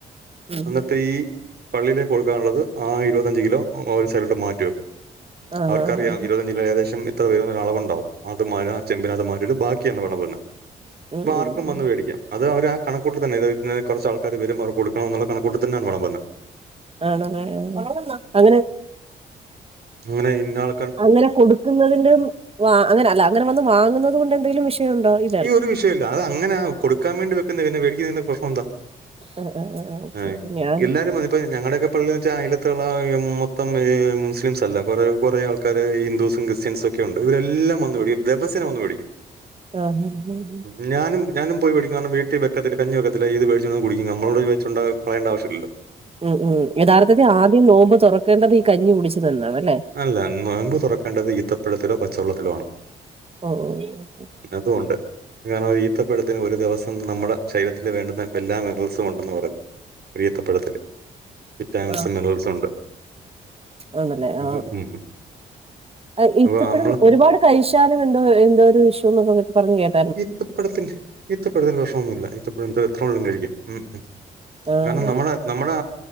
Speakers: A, on the right; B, on the right.
A: ഉം
B: അന്നിട്ട്
A: ഉം
B: ഈ പള്ളിയിലേക്ക് കൊടുക്കാനുള്ളത് ആ ഇരുപത്തഞ്ച് കിലോ ഒര് സൈഡിലോട്ട് മാറ്റി വെക്കും
A: ആഹ്
B: അവർക്കറിയാം ഇരുപത്തഞ്ച് കിലോ ഏകദേശം എത്ര വരൂന്ന് ഒരു അളവുണ്ടാവും അത് ആ ചെമ്പിനകത്ത് മാറ്റി വച്ചിട്ട് ബാക്കിയാണ് വിളമ്പുന്നത് അപ്പോ
A: ഉം
B: ആർക്കും
A: ഉം
B: വന്ന് മേടിക്കാം അത് അവര് ആ കണക്കൂട്ടലിൽ തന്നെയാ കുറച്ച് ആൾക്കാര് വരും അവർക്ക് കൊടുക്കണം എന്നുള്ള കണക്ക് കൂട്ടലിൽ തന്നെയാണ് വെളമ്പുന്നെ
A: ആണല്ലേ അങ്ങനെ
B: ഇങ്ങനെ ഇന്നാൾ
A: അങ്ങനെ കൊടുക്കുന്നതിന്റെ അങ്ങനെ കൊടുക്കുന്നതിന്റെ ആ അങ്ങനെ അല്ല അങ്ങനെ വന്ന് വാങ്ങുന്നത് കൊണ്ട് എന്തെങ്കിലും വിഷയം ഉണ്ടോ ഈ
B: ഏ ഒരു വിഷയവില്ല അത് അങ്ങനാ കൊടുക്കാൻ വേണ്ടി വെക്കുന്നതാ പിന്നെ മേടിക്കുന്ന കൊണ്ട് എന്താ കുഴപ്പമെന്താ
A: ആ ആ ആ ഓക്കെ
B: ആഹ്
A: ഓക്കെ ഞാൻ
B: എല്ലാരും അതിപ്പൊ ഞങ്ങളുടെയൊക്കെ ഈ പള്ളീന്ന് വെച്ചാൽ അയിലത്തുള്ള മൊത്തം മുസ്ലിംസ് അല്ല കുറെ കുറെ ആൾക്കാര് ഹിന്ദുസും ക്രിസ്ത്യൻസും ഒ ക്കെ ഉണ്ട് ഇവരെല്ലാം വന്ന് മേടിക്കും ദിവസേന വന്ന് മേടിക്കും
A: ആഹ് ആഹ് ആഹ്
B: ഉം. ഞാനും ഞാനും പോയി മേടിക്കുന്ന കാരണം വീട്ടിൽ വെക്കത്തില്ല കഞ്ഞി വെക്കത്തില്ല ഇത് മേടിച്ചോണ്ട് വന്ന് കുടിക്കും നമ്മളൂടെ ഇത് വച്ച് ഉണ്ടാ കളയേണ്ട ആവശ്യവില്ലല്ലോ
A: ഉം ഉം യഥാർത്ഥത്തിൽ ആദ്യം നോമ്പ് തുറക്കേണ്ടത് ഈ കഞ്ഞി കുടിച്ചു തന്നാണല്ലേ
B: അല്ല നോമ്പ് തുറക്കേണ്ടത് ഈത്തപ്പഴത്തിലോ പച്ചവെള്ളത്തിലോ ആണ്
A: ഓ ഓ ഓ
B: അതും ഒണ്ട് കാരണം ഒരു ഈത്തപ്പഴത്തിന് ഒരു ദിവസം നമ്മുടെ ശരീരത്തിൽ വേണ്ടുന്ന എല്ലാ മെറൽസും ഉണ്ടെന്ന് പറയുന്നു ഒര് ഈത്തപ്പഴത്തില് വിറ്റാമിൻസും
A: ആ
B: മിനറൽസും ഉണ്ട്
A: ആണല്ലേ
B: അപ്പൊ
A: ആ
B: ഉം
A: ആ ഇത്തപ്പഴം
B: അപ്പൊ നമ്മള്
A: ഒരുപാട് കഴിച്ചാലും എന്തോ എന്തോ ഒരു ഇഷ്യൂ ഉണ്ടെന്നൊക്കെ പറഞ്ഞ് കേക്കാം
B: ഇത്തപ്പഴത്തിന് ഇത്തപ്പഴത്തിന് പ്രശനവൊന്നുവില്ല ഇത്തപ്പഴം എ എത്ര വേണേലും കഴിക്കാം ഉം ഉം
A: ആഹ്
B: കാരണം നമ്മുടെ നമ്മുടെ